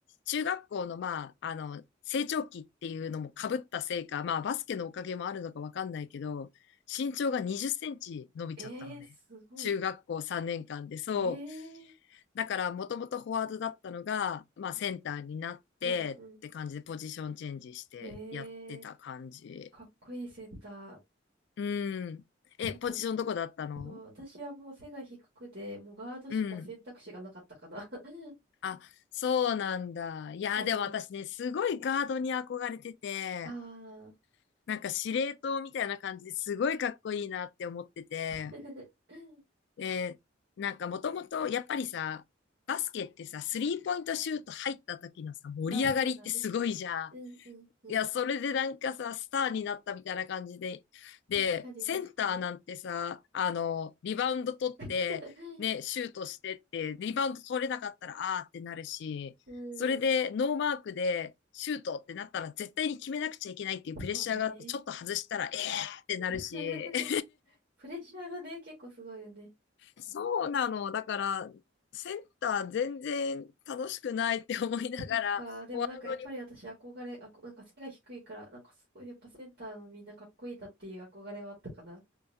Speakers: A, on the left; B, on the right.
A: 中学校の、まあ、あの、成長期っていうのも被ったせいか、まあ、バスケのおかげもあるのかわかんないけど、身長が20センチ伸びちゃったのね。
B: えー、すごい。
A: 中学校3年間で、そう。
B: えー、
A: だから、もともとフォワードだったのが、まあ、センターになってって感じで、
B: うん、うん。
A: ポジションチェンジしてやってた感じ。
B: へえ、かっこいいセンタ
A: うん。え、
B: ー。なんか、
A: ポジションどこだったの
B: そう私はもう背が低くて、もうガードしか選択肢がなかったかな。
A: うん。
B: <laughs>
A: あ、そうなんだ。いや、
B: そう。
A: でも私ね、すごいガードに憧れてて、
B: ああ。
A: なんか司令塔みたいな感じですごいかっこいいなって思ってて、
B: <laughs>
A: で、なんかもともとやっぱりさ、バスケってさ、スリーポイントシュート入った時のさ、盛り上がりってすごいじゃん。
B: まあ、そうだね。うんうんうん。
A: いや、それでなんかさ、スターになったみたいな感じで。で、
B: 確かに確かに。
A: センターなんてさ、あの、リバウンド取って、
B: <laughs>
A: ね、シュートしてって、リバウンド取れなかったら、あーってなるし、
B: うん、
A: それでノーマークでシュートってなったら絶対に決めなくちゃいけないっていうプレッシャーがあって、
B: そうだね。
A: ちょっと外したら、えーってなるし。
B: <laughs>
A: <laughs>
B: プレッシャーがね、結構すごいよね。
A: そうなの。だから、センター全然楽しくないって思いながら、
B: そっか、でもなんかやっぱり私憧れ、
A: 本当に
B: あこ、なんか背が低いから、なんかすごいやっぱセンターのみんなかっこいいなっていう憧れはあったかな。